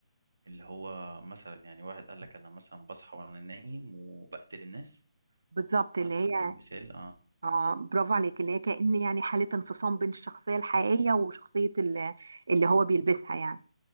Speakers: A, on the right; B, on the right.
A: اللي هو مثلا يعني واحد قال لك انا مثلا بصحى وانا نايم وبقتل الناس
B: بالظبط اللي
A: على سبيل
B: هي
A: المثال اه
B: اه برافو عليك اللي هي كأن يعني حالة انفصام بين الشخصية الحقيقية وشخصية ال- اللي هو بيلبسها يعني